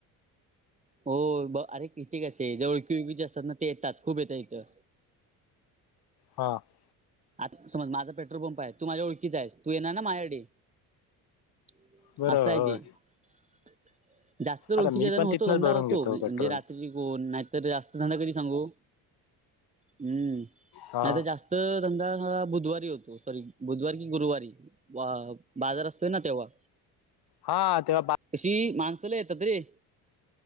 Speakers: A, on the right; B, on the left.
A: हो ब अरे कितीे कसे आहे जवळखीळ ज असतात ना ते येतात खूप येतात इथं.
B: <inaudible> हा. <inaudible>
A: आता समज माझा पेट्रोल पंप आहे तू माझ्या ओळखीचा आहे तू येणार ना माझ्याडे. <inaudible>
B: बरोबर
A: अससाय
B: होय
A: ती <inaudible> जास्त तर
B: आता
A: ओळीचा
B: मी
A: जण
B: पण
A: होतो
B: तिथनच
A: धंदा
B: भरून
A: होतो
B: घेतो
A: म्हजे
B: पेट्रोल
A: रात्री कोन. तर जास्त धंदा कधी सांगू् <inaudible> नाही
B: हा
A: तर जास्त. धंदा हा बुधवारी होतो सॉरी बुधवारी की गुरुवारी. अ बाजार असतोय ना तेव्हा.
B: हा तेव्हा बा.
A: अशी माणसला लई येतात रे.